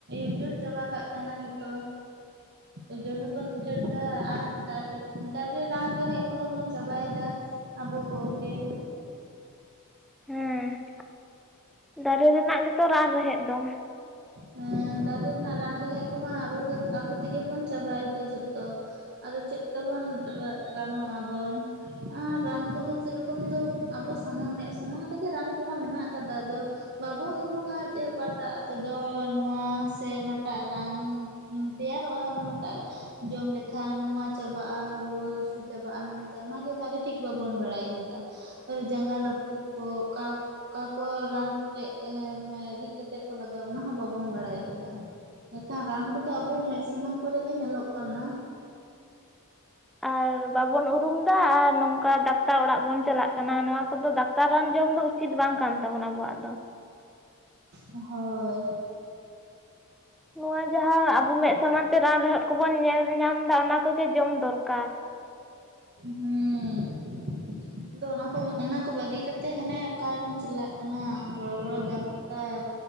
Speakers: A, on the right; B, in the centre.
A: ᱩᱡᱟᱹᱲ ᱪᱟᱵᱟᱠᱟᱜ ᱠᱟᱱᱟ ᱡᱚᱛᱚ ᱩᱡᱟᱹᱲ ᱦᱚᱸᱵᱚᱱ ᱩᱡᱟᱹᱲ ᱮᱫᱟ ᱟᱨ ᱫᱟᱨᱮ ᱫᱟᱨᱮ ᱨᱟᱱ ᱨᱮᱦᱮᱫᱽ ᱠᱚᱦᱚᱸ ᱵᱚᱱ ᱪᱟᱵᱟᱭᱮᱫᱟ ᱟᱵᱚ ᱠᱚᱜᱮ
B: ᱦᱮᱸ ᱫᱟᱨᱮ ᱨᱮᱱᱟᱜ ᱜᱮᱛᱚ ᱨᱟᱱ ᱨᱮᱦᱮᱫ ᱫᱚ
A: ᱦᱩᱸ ᱫᱟᱨᱮ ᱨᱮᱱᱟᱜ ᱨᱟᱱ ᱨᱮᱦᱮᱫ ᱠᱚᱢᱟ ᱟᱵᱚ ᱜᱮ ᱟᱵᱚ ᱛᱮᱜᱮ ᱵᱚᱱ ᱪᱟᱵᱟᱭᱮᱫᱟ ᱡᱷᱚᱛᱚ ᱟᱫᱚ ᱪᱮᱫ ᱛᱮᱵᱚᱱ ᱨᱟᱱᱚᱜ ᱟᱵᱚᱱ ᱟᱨ ᱨᱟᱱ ᱠᱚᱦᱚᱸ ᱥᱮᱨᱚᱠᱚᱢ ᱫᱚ ᱟᱵᱚ ᱥᱟᱢᱟᱝ ᱢᱮᱫ ᱥᱟᱢᱟᱝᱟᱴ ᱨᱮᱜᱮ ᱨᱟᱱ ᱠᱚᱢᱟ ᱢᱮᱱᱟᱜ ᱟᱠᱟᱫᱟ ᱟᱫᱚ ᱵᱟᱵᱚᱱ ᱩᱨᱩᱝᱟ ᱡᱮ ᱚᱠᱟᱴᱟᱜ ᱛᱮᱫᱚ ᱱᱚᱣᱟ ᱥᱮ ᱚᱱᱟᱴᱟᱜ ᱨᱟᱱ ᱛᱮᱭᱟᱨᱚᱜᱼᱟ ᱱᱚᱣᱟᱴᱟᱜ ᱡᱚᱢ ᱞᱮᱠᱷᱟᱱ ᱱᱚᱣᱟ ᱪᱟᱵᱟᱜᱼᱟ ᱨᱩᱣᱟᱹ ᱦᱟᱹᱥᱩ ᱪᱟᱵᱟᱜᱼᱟ ᱢᱮᱱᱛᱮ ᱚᱱᱟᱜᱮ ᱵᱷᱟᱜᱤ ᱴᱷᱤᱠ ᱵᱟᱵᱚᱱ ᱵᱟᱲᱟᱭ ᱠᱟᱫᱟ ᱟᱹᱨ ᱡᱟᱸᱜᱟ ᱨᱟᱹᱯᱩᱫ ᱠᱚ ᱚᱠᱟ ᱚᱠᱟ ᱠᱚ ᱨᱟᱱ ᱨᱮ ᱨᱤᱫ ᱠᱟᱛᱮ ᱠᱚ ᱞᱟᱜᱟᱼᱟ ᱚᱱᱟ ᱦᱚᱸ ᱵᱟᱵ ᱵᱚᱱ ᱵᱟᱲᱟᱭ ᱠᱮᱫᱟ ᱢᱮᱱᱠᱷᱟᱱ ᱨᱟᱱ ᱠᱚᱫᱚ ᱟᱵᱚ ᱢᱮᱫ ᱥᱟᱢᱟᱝ ᱠᱚᱨᱮ ᱜᱮ ᱧᱮᱞᱚᱜ ᱠᱟᱱᱟ
B: ᱟᱨ ᱵᱟᱵᱚᱱ ᱩᱨᱩᱢᱫᱟ ᱟᱨ ᱱᱚᱝᱠᱟ ᱰᱟᱠᱛᱟᱨ ᱚᱲᱟᱜ ᱵᱚᱱ ᱪᱟᱞᱟᱜ ᱠᱟᱱᱟ ᱱᱚᱣᱟ ᱠᱚᱫᱚ ᱰᱟᱠᱛᱟᱨ ᱨᱟᱱ ᱡᱚᱢ ᱫᱚ ᱩᱪᱤᱛ ᱵᱟᱝ ᱠᱟᱱ ᱛᱟᱵᱚᱱᱟ ᱟᱵᱚᱣᱟᱜ ᱫᱚ
A: ᱦᱳᱭ
B: ᱱᱚᱣᱟ ᱡᱟᱦᱟᱸ ᱟᱵᱚ ᱢᱮᱫ ᱥᱟᱢᱟᱝ ᱛᱮ ᱨᱟᱱ ᱨᱮᱦᱮᱫ ᱠᱚᱵᱚᱱ ᱧᱮᱞ ᱧᱟᱢ ᱮᱫᱟ ᱚᱱᱟ ᱠᱚᱜᱮ ᱡᱚᱢ ᱫᱚᱨᱠᱟᱨ
A: ᱦᱩᱸ ᱟᱫᱚ ᱚᱱᱟ ᱠᱚ ᱚᱱᱟ ᱠᱚ ᱵᱟᱹᱜᱤ ᱠᱟᱛᱮ ᱦᱟᱱᱮ ᱚᱠᱟ ᱨᱮᱵᱚᱱ ᱪᱟᱞᱟᱜ ᱠᱟᱱᱟ ᱵᱚᱲᱚ ᱵᱚᱲᱚ ᱰᱟᱠᱼᱼ ᱟᱨ